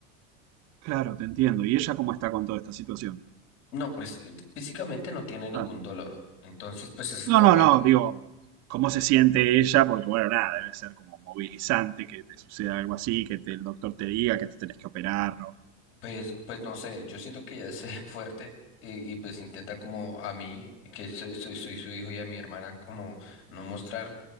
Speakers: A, on the right; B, on the left.
A: Claro, te entiendo. ¿Y ella cómo está con toda esta situación?
B: No, pues eh, físicamente no tiene ningún
A: Ah.
B: dolor. Entonces, pues eso
A: No,
B: es lo
A: no,
B: bueno.
A: no, digo, ¿cómo se siente ella? Porque bueno, nada, debe ser como movilizante que te suceda algo así, que te- el doctor te diga que te tenés que operar, ¿no?
B: Pues, pues no sé, yo siento que ella es <laughs> eh, fuerte y, y pues intenta como a mí, que soy, soy, soy su hijo y a mi hermana como no mostrar